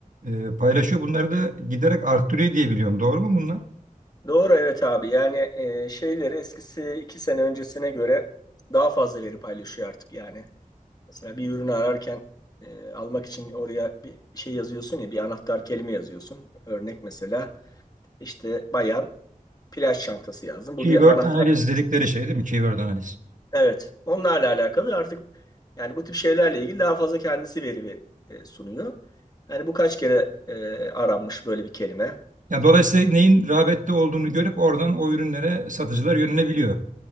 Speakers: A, on the right (about 65°); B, on the left (about 30°).
A: e, paylaşıyor. Bunları da giderek arttırıyor diye biliyorum. Doğru mu bunlar?
B: Doğru evet abi yani e, şeyleri eskisi iki sene öncesine göre daha fazla veri paylaşıyor artık yani. Mesela bir ürünü ararken e, almak için oraya bir şey yazıyorsun ya, bir anahtar kelime yazıyorsun. Örnek mesela işte bayan plaj çantası yazdım.
A: Keyword
B: Bu bir anahtar.
A: Evet. analiz dedikleri şey değil mi? Keyword analiz.
B: Evet. Onlarla alakalı artık yani bu tip şeylerle ilgili daha fazla kendisi veri e, sunuyor. Yani bu kaç kere e, aranmış böyle bir kelime?
A: Ya dolayısıyla neyin rağbette olduğunu görüp oradan o ürünlere satıcılar yönelebiliyor.